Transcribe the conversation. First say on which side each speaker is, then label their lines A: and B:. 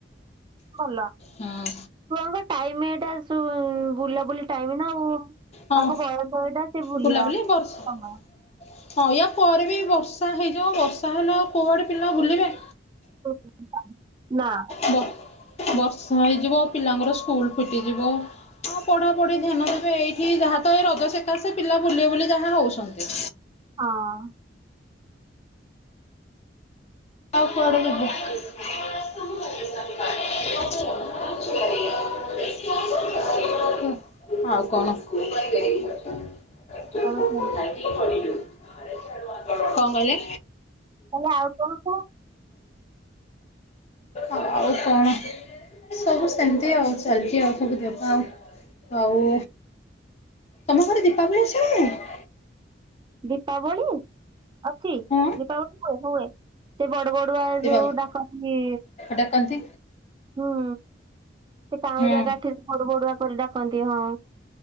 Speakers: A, on the right; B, on the left.
A: କଲା
B: ହଁ
A: ଛୁଆଙ୍କ ଟାଇମ ଏଇଟା ଶୁ ଉ ବୁଲାବୁଲି ଟାଇମ ନା ଆଉ
B: ହଁ
A: ତାକୁ ବୟସ ଏଇଟା ସେ ବୁଲିବା
B: ବୁଲାବୁଲି
A: କାମ
B: ବର୍ଷା ହଁ ୟା ପରେ ବି ବର୍ଷା ହେଇଯିବ ବର୍ଷା ହେଲେ ଆଉ କୁଆଡ଼େ ପିଲା ବୁଲିବେ।
A: <unintelligible> ନା
B: ବ ବର୍ଷା ହେଇଯିବ ପିଲାଙ୍କର ସ୍କୁଲ ଫିଟିଯିବ ହଁ ପଢ଼ାପଢ଼ି ଧ୍ୟାନ ଦେବେ ଏଇଠି ଯାହା ତ ଏ ରଜସକାଶେ ପିଲା ବୁଲିବେ ବୁଲି ଯାହା ହେଉଛନ୍ତି।
A: ହଁ
B: ଆଉ କୁଆଡେ ଯିବେ <unintelligible> <unintelligible> ହଁ ଆଉ କଣ? <unintelligible> <unintelligible>
A: କଣ କୁହନ୍ତୁ
B: କଣ କହିଲେ?
A: ତାହେଲେ ଆଉ କଣ କ
B: ଆ ଆଉ କଣ? ସବୁ ସେମିତି ଆଉ ଚାଲିଛି ଆଉ ସବୁ ଦେହ ପା ଆଉ ଆଉ ତମ ଘରେ ଦୀପାବଳି ଅଛି ନା ନାହିଁ?
A: ଦୀପାବଳି ଅଛି
B: ହଁ
A: ଦୀପାବଳି ହୁଏ ହୁଏ। ସେ ବଡ ବଡୁଆ
B: ଦୀପାବଳି
A: ଯୋଉ ଡାକନ୍ତି
B: ଡାକନ୍ତି।
A: ହୁଁ, ସେ କାଉଁରିଆ
B: ହୁଁ
A: କାଠିରେ ବଡୁ ବଡୁଆ କରି ଡାକନ୍ତି ହଁ